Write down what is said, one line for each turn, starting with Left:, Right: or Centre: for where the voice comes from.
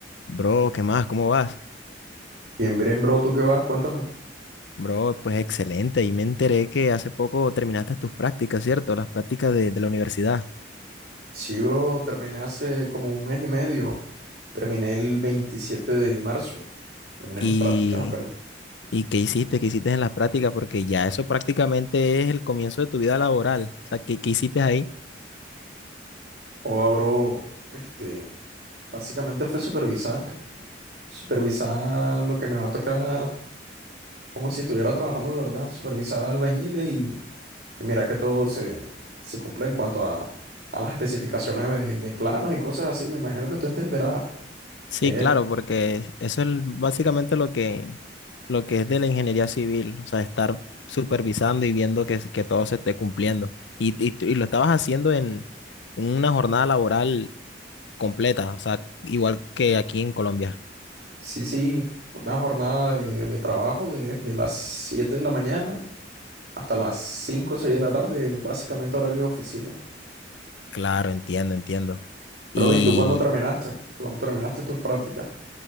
Left: Bro, ¿qué más? ¿Cómo vas?
Right: Bien, bien, bro, ¿tú qué vas? Cuéntame.
Left: Bro, pues excelente. Y me enteré que hace poco terminaste tus prácticas, ¿cierto? Las prácticas de, de la universidad.
Right: Sí, bro, terminé hace como un mes y medio. Terminé el 27 de marzo. Terminé
Left: ¿Y,
Right: mis prácticas apenas.
Left: y qué hiciste? ¿Qué hiciste en las prácticas? Porque ya eso prácticamente es el comienzo de tu vida laboral. O sea, ¿qué, qué hiciste ahí?
Right: Joda, bro, este, básicamente fue supervisar. Supervisar lo que me va a tocar, como si estuviera trabajando de verdad. Supervisar albañiles y mira que todo se, se cumple en cuanto a, a las especificaciones de, de planos y cosas así. Me imagino que tú entenderás.
Left: Sí,
Right: Es,
Left: claro, porque eso es básicamente lo que, lo que es de la ingeniería civil. O sea, estar supervisando y viendo que, que todo se esté cumpliendo. Y, y, tú- y lo estabas haciendo en una jornada laboral completa, o sea, igual que aquí en Colombia.
Right: sí, sí, una jornada de, de trabajo de, de las 7 de la mañana hasta las 5 o 6 de la tarde, básicamente horario de oficina.
Left: Claro, entiendo, entiendo.
Right: Pero,
Left: Y
Right: ¿y tú cuándo terminaste? ¿Cuándo terminaste tus prácticas?